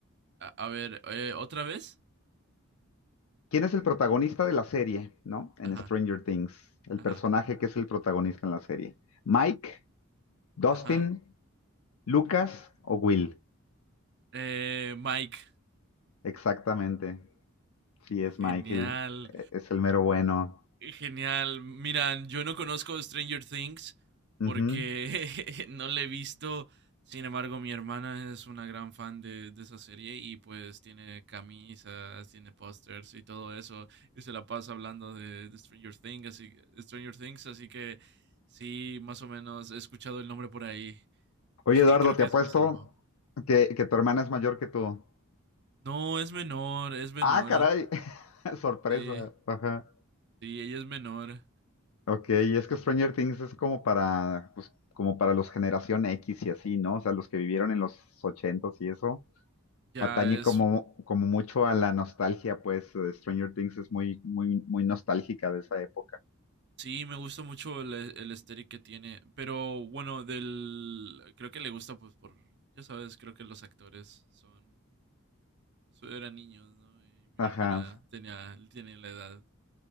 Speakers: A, on the right; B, on the left.
A: A, a ver, eh, ¿otra vez?
B: ¿Quién es el protagonista de la serie, no? En
A: Ajá.
B: Stranger Things, el
A: Ajá,
B: personaje que es el protagonista en la serie. Mike, Dustin,
A: ajá.
B: Lucas o Will.
A: Eh, Mike,
B: Exactamente. Sí, es Michael.
A: genial,
B: Es el mero bueno.
A: genial. Miran, yo no conozco Stranger Things
B: Ujú.
A: porque <laughs> no le he visto. Sin embargo, mi hermana es una gran fan de, de esa serie y pues tiene camisas, tiene pósters y todo eso. Y se la pasa hablando de, de Stranger Things, así, Stranger Things, así que sí, más o menos he escuchado el nombre por ahí.
B: Oye,
A: <laughs>
B: Eduardo,
A: Y creo
B: te
A: que
B: apuesto
A: eso me salvó.
B: que, que tu hermana es mayor que tú.
A: No, es menor, es menor.
B: Ah, caray. <laughs> Sorpresa.
A: Sí,
B: Ajá.
A: sí, ella es menor.
B: Ok, y
A: Sí,
B: es que Stranger Things es como para, pues, como para los generación X y así, ¿no? O sea, los que vivieron en los ochentas y eso.
A: ya
B: Atañe
A: es,
B: como, como mucho a la nostalgia, pues eh, Stranger Things es muy, muy, muy nostálgica de esa época.
A: sí, me gusta mucho el, e, el aesthetic que tiene, pero bueno, del, creo que le gusta pues por, ya sabes, creo que los actores son, pues, eran niños, ¿no? Y mi
B: Ajá,
A: hermana tenía, tiene la edad.